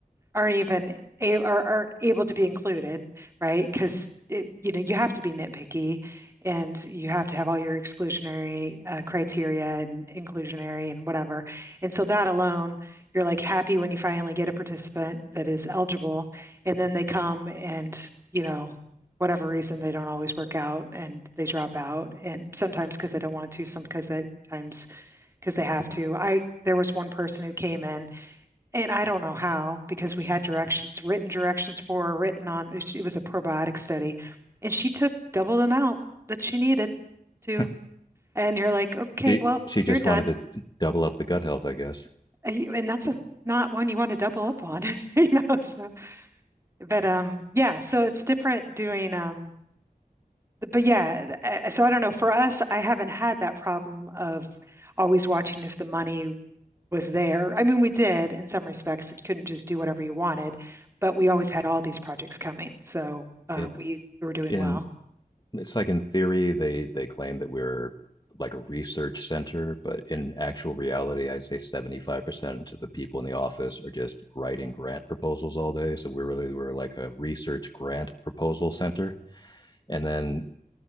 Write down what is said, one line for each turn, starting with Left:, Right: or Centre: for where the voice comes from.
Right: aren't even a, or aren't able to be included, right? Because it, you know, you have to be nitpicky and you have to have all your exclusionary uh, criteria and inclusionary and whatever. And so that alone, you're like happy when you finally get a participant that is eligible, and then they come and, you know, whatever reason they don't always work out and they drop out and sometimes because they don't want to, some because they times because they have to. I there was one person who came in and I don't know how, because we had directions, written directions for her, written on, it was a probiotic study. And she took double the amount that she needed to.
Left: <laughs>
Right: And you're like, okay,
Left: she
Right: well,
Left: she just
Right: you're done.
Left: wanted to double up the gut health, I guess.
Right: And that's a, not one you want to double up on, <laughs> you know? So, but um, yeah, so it's different doing, um, but yeah, uh, so I don't know. For us, I haven't had that problem of always watching if the money was there. I mean, we did in some respects. We couldn't just do whatever you wanted, but we always had all these projects coming. So uh,
Left: It
Right: we were doing
Left: in
Right: well.
Left: it's like in theory they they claim that we're like a research center, but in actual reality, I'd say seventy five percent of the people in the office are just writing grant proposals all day. So we really were like a research grant proposal center, and then